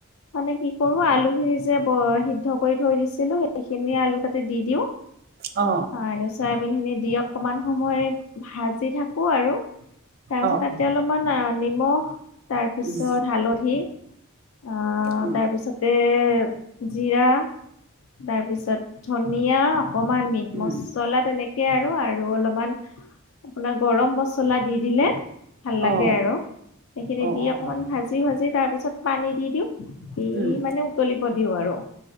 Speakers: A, on the left; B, on the right.
A: মানে কি কৰো আলু খিনি যে ব সিদ্ধ কৰি থৈ দিছিলোঁ সেইখিনি আলু তাতে দি দিওঁ
B: অ
A: আৰু চয়াবিনখিনি দি অকণমান সময় ভাজি থাকোঁ আৰু তাৰপিছত
B: অ
A: তাতে
B: অ
A: অলপমান নিমখ, তাৰপিছত
B: উম
A: হালধি আহ',
B: উম
A: তাৰপিছতে জিৰা তাৰপিছত ধনিয়া অকণমান মিটমচ
B: উম
A: ছলা তেনেকে আৰু, আৰু অলপমান আপোনাৰ গৰম মছলা দি দিলে ভাল লাগে
B: অ
A: আৰু সেইখিনি
B: অ
A: দি
B: অ
A: অকণমান
B: অ অ
A: ভাজি ভাজি তাৰপিছত পানী দি দিওঁ দি
B: উম
A: মানে উতলিব দিওঁ আৰু